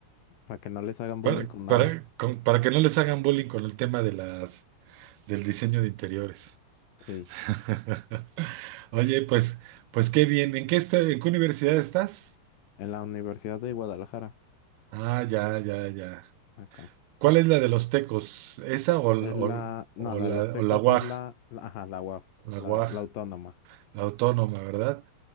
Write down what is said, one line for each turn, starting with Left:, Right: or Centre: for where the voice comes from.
Left: Para que no les hagan
Right: para,
Left: bullying con
Right: para,
Left: nada.
Right: con- para que no les hagan bullying con el tema de las, del diseño de interiores.
Left: Sí.
Right: <laughs> Oye, pues, pues qué bien. ¿En qué, esta- en qué universidad estás?
Left: En la Universidad de Guadalajara,
Right: Ah, ya, ya, ya.
Left: acá.
Right: ¿Cuál es la de los tecos? ¿Esa o, o,
Left: Es la, no,
Right: o
Left: la
Right: la,
Left: de los Tecos
Right: o la UAG?
Left: es la, la- ajá, la UAF,
Right: La
Left: la,
Right: UAG.
Left: la autónoma.
Right: La autónoma, ¿verdad?